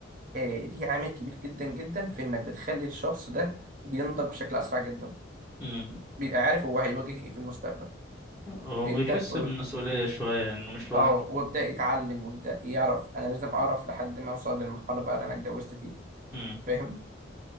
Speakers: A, on the right; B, in the centre.
A: آه، دي عامل كبير جدا جدا في انك بتخلي الشخص ده بينضج بشكل اسرع جدا
B: امم
A: بيبقى عارف هو هيواجه ايه في المستقبل
B: هو
A: ويبدا
B: بيحس
A: و-
B: بالمسؤولية شوية انه مش لوحده
A: اه ويبدا يتعلم ويبدا يعرف انا لازم اعرف لحد ما اوصل للمرحله بقى اللي انا اتجوزت فيها
B: امم
A: فاهم